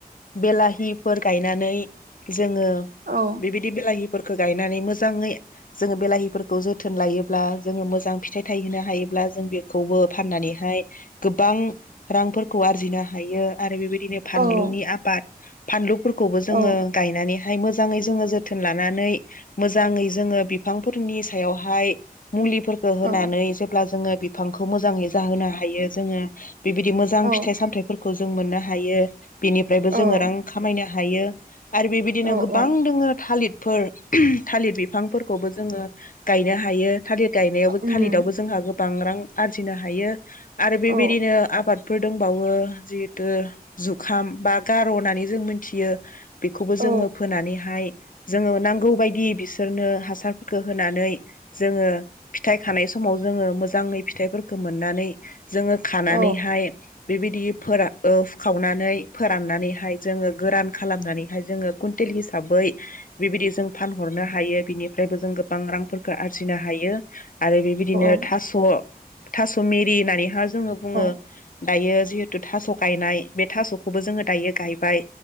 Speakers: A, on the left; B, on the right.
A: बेलाहिफोर गायनानै जोङो
B: औ
A: बेबायदि बेलाहि फोरखौ गायनानै मोजाङै जोङो बेलाहिफोरखौ जोथोन लायोब्ला जोङो मोजां फिथाइ थायहोननो हायोब्ला जों बेखौबो फाननानैहाय गोबां रांफोर खौ आरजिनो हायो आरो बेबा दिनो फानलुनि
B: औ
A: आबाद फानलुफोरखौ खौबो जोङो
B: औ
A: गायनानै हाय मोजाङै जोङो जोथोन लानानै मोजाङै जोङो बिफांफोरनि सायावहाय मुलिफोरखौ होनानै
B: औ
A: जेब्ला जोङो बिफांखौ मोजाङै जाहोनो हायो जोङो । बिबायदि मोजां
B: औ
A: फि सामथाइफोरखौ जों मोननो हायो। बिनिफ्रायबो
B: औ
A: जोङो रां खामायनो हायो। आरो बेबायदिनो
B: औ
A: गोबां
B: औ
A: दोङो थालिर फोर थालिर बिफांफोरखौबो जोङो। गायनो हायो। थालिर गायनायावबो
B: उम
A: थालिरावबो जोंहा गो बां रां आरजिनो हायो। आरो बेबायदिनो
B: औ
A: आबादफोर दोंबावो जिहेतु जुखाम बा गार' होननानै जों मिथियो बेखौबो
B: औ
A: जोङो फोनानैहाय जोङो नांगौ बायदि बिसोरनो हासारफोरखौ होनानै जोङो फिथाइ खानाय समाव जोङो मोजाङै फिथाइफोरखौ मोननानै जोङो खानानैहाय
B: औ
A: बेबायदि फोरान फु खावनानै फोराननानैहाय जोङो गोरान खालामनानैहाय जोङो कुन्टेल हिसाबै बेबायदि जों फानहरनो हायो बिनिफ्रायबो जों गोबां रांफोरखौ आरजिनो हायो। आरो बेबायदिनो
B: औ
A: थास' थास' मेरि होननानै हा जोङो बुङो
B: औ
A: गायो जि थास' गायनाय बे थास' खौबो जोङो दायो गायबाय